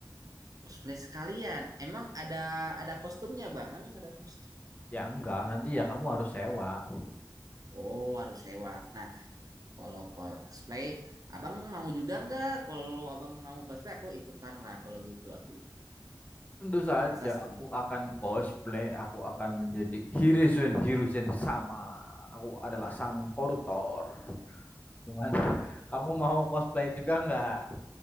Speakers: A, on the right; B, on the left.
A: Cosplay sekalian. Emang ada ada kostumnya, Bang? Emang ada kostum?
B: Ya enggak, nanti ya kamu harus sewa.
A: Oh, harus sewa. Nah, kalau cosplay, Abang mau juga nggak? Kalau abang mau cosplay, aku ikutan lah. Kalau gitu, aku ikut.
B: Tentu saja
A: Masa sendiri?
B: aku akan cosplay, aku akan menjadi Hiruzen Hiruzen sama. Aku adalah
A: Wah,
B: sang koruptor. Gimana? <laughs> Kamu mau cosplay juga nggak?